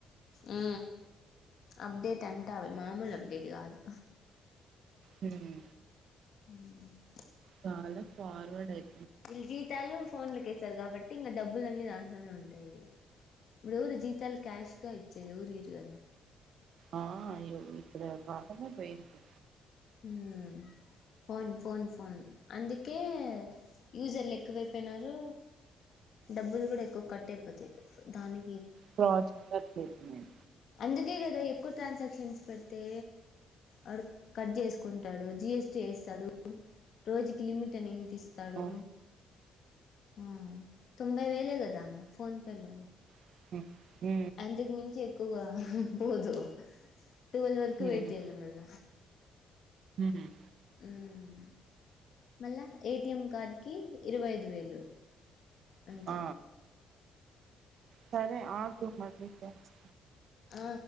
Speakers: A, on the left; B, on the right.
A: ఆ అప్డేటంటే అవి మామూలప్డేట్ కాదు
B: హ్మ్మ్
A: హ్మ్మ్ <unintelligible>
B: చాలా ఫార్వర్డ్ అయ్
A: విల్జీతాలు ఫోన్లకేస్తారు కాబ ట్టింక డబ్బులన్నీ దాంట్లోనే ఉంటాయి. ఇపుడు జీతాల్ క్యాష్ గా ఇ చ్చేది ఎవరీరుగద
B: ఆ అయ్యో ఇప్పుడా కాలమే పోయింది
A: హ్మ్మ్ ఫోన్స్ ఫోన్ ఫోన్ అందుకే యూజర్లెక్కువైపొయినారు, డబ్బుల్ గూడా ఎక్కువ కట్ అయిపోతాయ్ దాని
B: ఫోజతు <unintelligible>
A: అందుకే కదా ఎక్కువ ట్రాన్సాక్షన్స్ పెడితే అడు కట్ జేసుకుంటాడు జిఎస్ చేస్తాడు రోజుకి లిమిట్ అని ఇస్తాడు
B: ఆ
A: ఆ తొంబై వేలే గదా ఫోన్పెలో
B: <inaudible>
A: అంతకు మించి ఎక్కువగా పోదు టువల్ వరకు
B: హ్మ్.
A: వెయిట్ జెయల్ల మళ్ళ
B: హ్మ్.
A: మ్మ్ మళ్ళ ఏటిఎం కార్డ్ కి ఇరవై ఐదు వేలు అంతే
B: ఆ సరే ఆ గు మళ్ళి జేస్
A: ఆ....